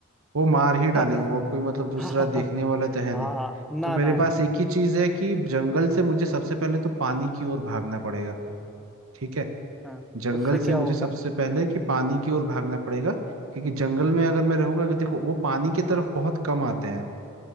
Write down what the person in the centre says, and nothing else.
<laughs>
हाँ
हाँ
हाँ
हाँ,
ना
ना
ना ना
हाँ
उससे
क्या
होगा